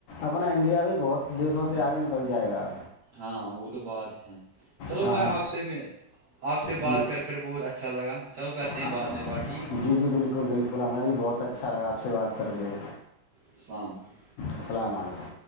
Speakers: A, on the left (about 75°); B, on the right (about 80°).
A: اپنا انڈیا بھی بہت دیسوں سے آگے نکل جائے گا
B: ہاں وہ تو بات ہے چلو
A: ہاں
B: بھائی آپ سے میں آپ سے
A: جی
B: بات کر کے بہت اچھا لگالو کرتے ہیں
A: ہاں
B: بعد میں بٹ
A: جی جی بالکل بالکل ہمیں بھی بہت اچھا لگا آپ سے بات کر گے
B: سلام <unintelligible>
A: السلام علیکم